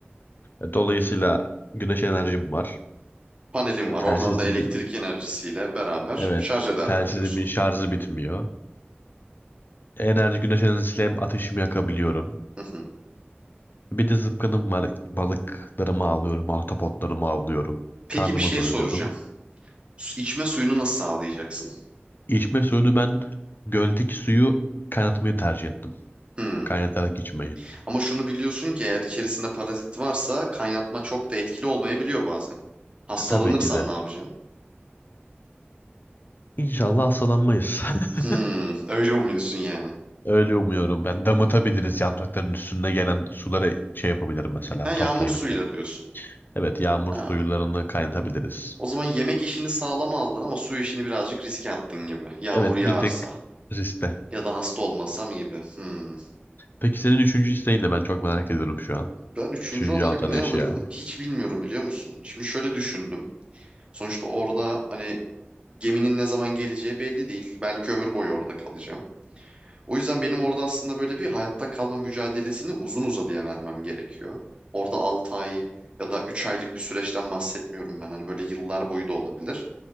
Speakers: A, on the left (about 55°); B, on the right (about 25°).
A: E, Dolayısıyla güneş enerjim var.
B: Panelim var.
A: Telsizim,
B: Oradan da elektrik enerjisiyle beraber
A: evet,
B: şarj ederdim
A: telsizimin
B: diyorsun.
A: şarjı bitmiyor. Enerji, güneş enerjisiyle hem ateşimi yakabiliyorum.
B: Hı hı.
A: Bir de zıpkınım var. Balıklarımı avlıyorum, ahtapotlarımı avlıyorum.
B: Peki
A: Karnımı
B: bir şey
A: doyuruyorum.
B: soracağım. Su- İçme suyunu nasıl sağlayacaksın?
A: İçme suyunu ben göldeki suyu kaynatmayı tercih ettim.
B: Hmm.
A: Kaynatarak içmeyi.
B: Ama şunu biliyorsun ki eğer içerisinde parazit varsa kaynatma çok da etkili olmayabiliyor bazen. Hastalanırsan
A: E, tabii ki de.
B: ne yapacaksın?
A: İnşallah hastalanmayız.
B: Hmm,
A: <laughs>
B: <laughs> öyle umuyorsun yani.
A: Öyle umuyorum. Ben damıtabiliriz. Yaprakların üstüne gelen suları şey yapabilirim mesela.
B: Ha, yağmur
A: Toplayabilirim.
B: suyuyla diyorsun.
A: Evet, yağmur
B: Ha,
A: suyularını kaynatabiliriz.
B: o zaman yemek işini sağlam aldın ama su işini birazcık riske attın gibi. Yağmur
A: Evet,
B: yağarsa
A: bir tek riskte.
B: ya da hasta olmasam gibi. Hmm.
A: Peki senin üçüncü isteğin ne? Ben çok merak ediyorum şu an.
B: Ben üçüncü
A: Üçüncü
B: olarak
A: alacağın
B: ne
A: eşya.
B: alırdım hiç bilmiyorum biliyor musun? Şimdi şöyle düşündüm. Sonuçta orada hani geminin ne zaman geleceği belli değil. Belki ömür boyu orada kalacağım. O yüzden benim orada aslında böyle bir hayatta kalma mücadelesini uzun uzadıya vermem gerekiyor. Orada 6 ay ya da 3 aylık bir süreçten bahsetmiyorum ben. Hani böyle yıllar boyu da olabilir.